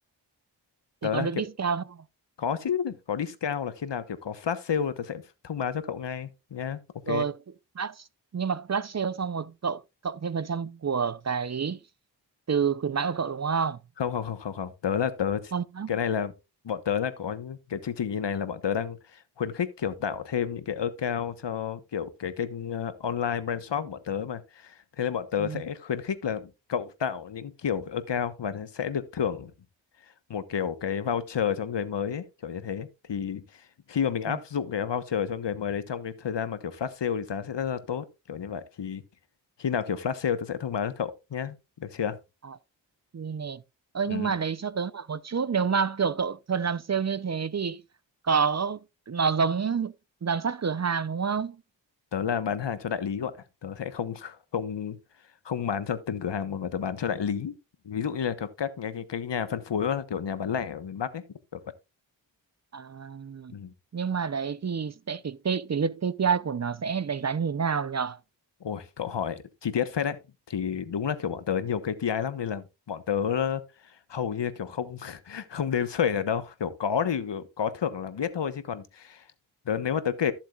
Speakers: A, on the left; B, on the right.
A: Tớ
B: thì có
A: là
B: được
A: kiểu
B: discount không
A: có chứ có discount là khi nào kiểu có flash sale là tớ sẽ thông báo cho cậu ngay nhá ok
B: rồi flash nhưng mà flash sale xong rồi cậu cộng thêm phần trăm của cái từ khuyến mãi của cậu đúng không
A: không không không không không tớ là tớ
B: không á
A: cái này là bọn tớ là có những cái chương trình như này là bọn tớ đang khuyến khích kiểu tạo thêm những cái account cho kiểu cái kênh ờ, online brand shop của bọn tớ mà thế nên bọn tớ
B: ừ.
A: sẽ khuyến khích là cậu tạo những kiểu account và sẽ được thưởng một kiểu cái voucher cho người mới ấy, kiểu như thế thì khi mà mình áp
B: ừ.
A: dụng cái voucher cho người mới đấy trong cái thời gian mà kiểu flash sale thì giá sẽ rất là tốt kiểu như vậy thì khi nào kiểu flash sale tớ sẽ thông báo cho cậu nhé được chưa
B: À, thì nè ơi
A: ừ.
B: nhưng mà đấy cho tớ hỏi một chút nếu mà kiểu cậu thuần làm sale như thế thì có nó giống giám sát cửa hàng đúng không
A: tớ là bán hàng cho đại lý gọi tớ sẽ không không không bán cho từng cửa hàng một mà tớ bán cho đại lý ví dụ như là kiểu các cái cái, cái nhà phân phối hoặc là kiểu nhà bán lẻ ở miền Bắc ấy kiểu vậy
B: à,
A: Ừ.
B: nhưng mà đấy thì sẽ cái cái, cái lượt KPI của nó sẽ đánh giá như thế nào nhở
A: Ôi, cậu hỏi chi tiết phết đấy. Thì đúng là kiểu bọn tớ nhiều KPI lắm nên là bọn tớ ờ, hầu như là kiểu không <laughs> không đếm xuể được đâu. Kiểu có thì có thưởng là biết thôi chứ còn tớ nếu mà tớ kể